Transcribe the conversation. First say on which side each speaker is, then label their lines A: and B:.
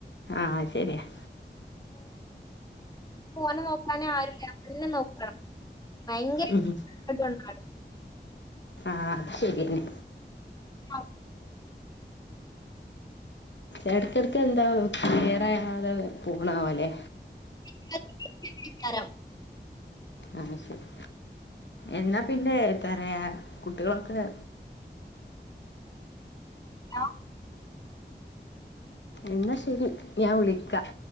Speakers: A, on the left (about 80°); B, on the left (about 20°).
A: ആ ശരിയാണ്.
B: മോനെ നോക്കാന് ആരുല്ല ഞാൻ തന്നെ നോക്കണം. ഭയങ്കര
A: ഉം
B: <unintelligible>
A: ആ അത് ശരിന്നെ.
B: ആ
A: എടക്കിടക്ക് എന്താ ക്ലിയറാകാതെ പോണ പോലെ.
B: <unintelligible>
A: ആ, ശരി എന്നാ പിന്നെ എന്താ പറയാ കുട്ടികളൊക്കെ
B: ആ
A: എന്നാ ശരി ഞാൻ വിളിക്കാം.